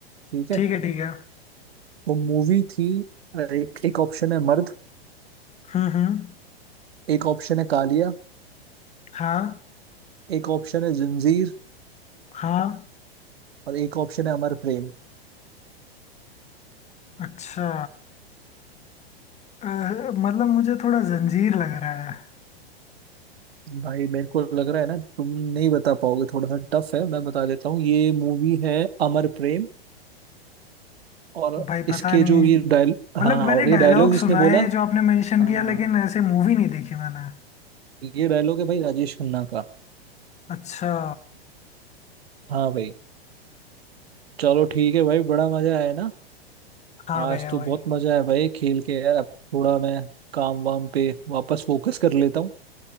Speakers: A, on the right; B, on the left.
A: ठीक है
B: ठीक है ठीक है
A: वो मूवी थी एक एक ऑप्शन है मर्द
B: हम्म हम्म
A: एक ऑप्शन है कालिया
B: हाँ
A: एक ऑप्शन है जंजीर
B: हाँ
A: और एक ऑप्शन है अमर प्रेम
B: अच्छा अ, मतलब मुझे थोड़ा जंजीर लग रहा है
A: भाई मेरे को लग रहा है ना तुम नहीं बता पाओगे थोड़ा सा टफ है मैं बता देता हूँ ये मूवी है अमर प्रेम और
B: भाई
A: इसके
B: पता नहीं
A: जो ये डायल
B: मतलब
A: हाँ
B: मैंने
A: और ये
B: डायलॉग
A: डायलॉग जिसने
B: सुना
A: बोला
B: है जो आपने मेंशन
A: हाँ
B: किया लेकिन ऐसे मूवी नहीं देखी मैंने
A: ये डायलॉग है भाई राजेश खन्ना का
B: अच्छा
A: हाँ भाई चलो ठीक है भाई बड़ा मजा आया ना
B: हाँ
A: आज
B: भैया
A: तो
B: भाई
A: बहुत मजा आया भाई खेल के यार अब थोड़ा मैं काम वाम पे वापस फोकस कर लेता हूँ